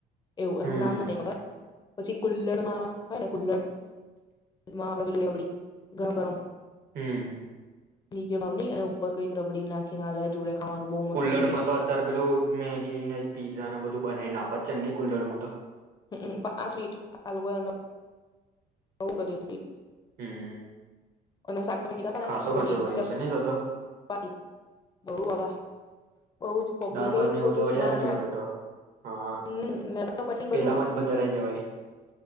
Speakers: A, on the left; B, on the right.
A: એવું
B: હમ
A: એનું નામ મને ખબર. પછી કુલ્લણમાં હોય ને કુલ્લણ. રાબડી અ આપડી ગરમ ગરમ.
B: હમ.
A: નીચે વાાવણી અને ઉપર કઈ રબડી નાખીને આલાય જોડે ખાવાનું બહુ મસ્ત
B: કુલરમાં
A: હતું એ
B: તો અત્યારે પેલું મેગી ને પીઝા ન બધું બનાવીને આપે. પચન નહી કુલ્લડમાં તો.
A: હમ પણ આ સ્વીટ હલગો એનું બ કર્યું ત <unintelligible>
B: હમ.
A: અને સા તમે તને
B: ખાસો
A: રોટીલી
B: ખર્ચો કર્યો
A: ચપાટી
B: હશે નહી થતો
A: બહુ બાબ બ જ પબ્લિક
B: દાળ ભાત
A: એલું
B: ને એવું
A: બધું
B: તો અડ્યા
A: ના
B: જ નહી હોય તો હા
A: હ મે તો પછી બધું
B: પેલામાં જ બધા રહી જવાય